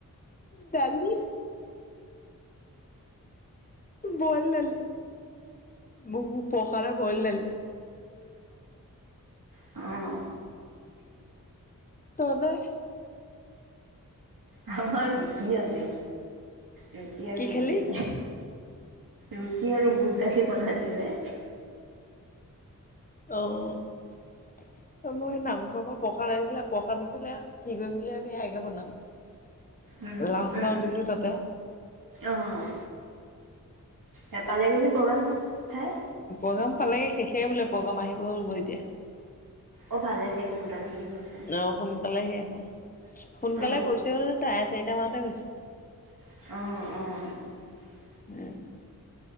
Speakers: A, on the left (about 25°); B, on the right (about 75°).
A: দালি বইল দালি বো বো পকাৰে বইল ডালি
B: আহ
A: তবে
B: আমাৰ কি আজি? ৰুটি আৰু
A: কি খালি?
B: বুট ৰুটি আৰু বুট দালি বনাইছিলে
A: অ মই নামঘৰৰ পৰা প্ৰসাদ আছিলে প্ৰসাদ আাছিলে কি কৰিম বুলি সেয়াকে বনাও
B: উম
A: লাও চাও
B: উম
A: দিলো তাতে
B: আহ নাপালেগনে প্ৰগ্ৰাম ন ঠাই
A: প্ৰগ্ৰাম পালেগে শেষে বোলে প্ৰগ্ৰাম আহিব হ' ব এতিয়া
B: অ ভালে দে সোনকালে শেষ হৈছে।
A: অ সোনকালে শেষ হল সোনকালে
B: অ
A: গৈছেও নহয় চাৰে চাৰি টমাৰতে গৈছে
B: আহ! আহ! উম
A: উম